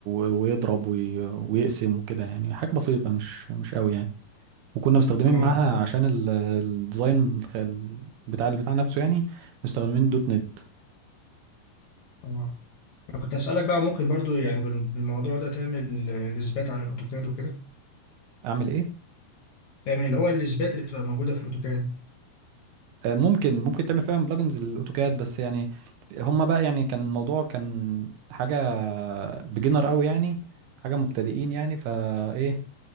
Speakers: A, on the right; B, on the left.
A: و- ويضرب وي... ويقسم وكده يعني حاجه بسيطه مش مش قوي يعني وكنا مستخدمين
B: اه
A: معاها عشان ال- الديزاين الخ- ال- بتاع البتاع نفسه يعني مستخدمين دوت نت
B: اه انا كنت هسألك بقى ممكن برضو يعني بال- بالموضوع ده تعمل آه، الاثبات على الاوتوكاد وكده
A: اعمل ايه
B: تعمل اللي هو الاثبات اللي بتبقى موجودة في الاوتوكاد
A: آه، ممكن ممكن تعمل فعلا بلجنز للاوتوكاد بس يعني هما بقى يعني كان الموضوع كان حاجه بيجنر قوي يعني حاجه مبتدئين يعني فايه